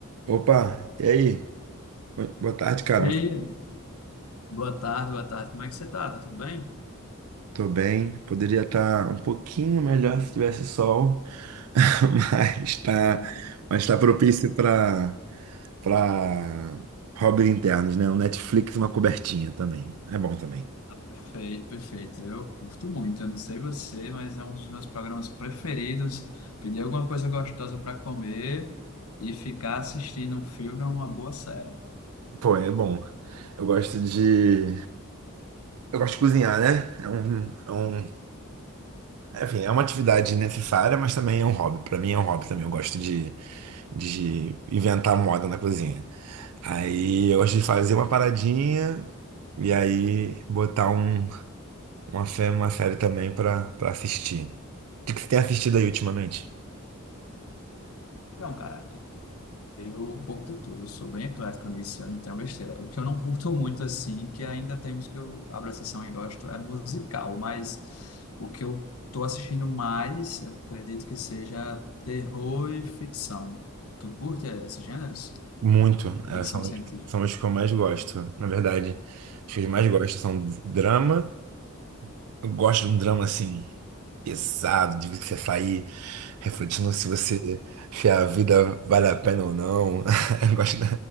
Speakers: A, on the right; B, on the left.
A: Opa, e aí? Bo- Boa tarde, cara.
B: E aí, boa tarde, boa tarde. Como é que você tá? Tá tudo bem?
A: Tô bem. Poderia estar um pouquinho melhor se tivesse sol, <laughs> mas tá,
B: É,
A: mas tá propício para para hobbies internos, né? Um Netflix, e uma cobertinha também. É bom também.
B: ah, perfeito, perfeito. Eu curto muito. Eu não sei você, mas é um dos meus programas preferidos. Pedir alguma coisa gostosa para comer e ficar assistindo um filme ou uma boa série.
A: Pô, é bom. Eu gosto de eu gosto de cozinhar, né? É um, é um enfim, é uma atividade necessária, mas também é um hobby. Pra mim é um hobby também. Eu gosto de de inventar moda na cozinha. Aí eu gosto de fazer uma paradinha e aí botar um, uma, fé- uma série também pra, pra assistir. O que que você tem assistido aí ultimamente?
B: Então, cara, Eu um pouco de tudo, eu sou bem eclético nisso, eu não tenho besteira. O que eu não curto muito, assim, que ainda temos que eu abro a sessão e gosto, é musical, mas o que eu tô assistindo mais, eu acredito que seja terror e ficção. Tu curte esses gêneros?
A: Muito. É,
B: Ficção
A: são,
B: científica.
A: os- são os que eu mais gosto, na verdade. Os que eu mais gosto são drama. Eu gosto de um drama assim, pesado, de você sair refletindo se você, se a vida vale a pena ou não. <laughs> Eu gosto de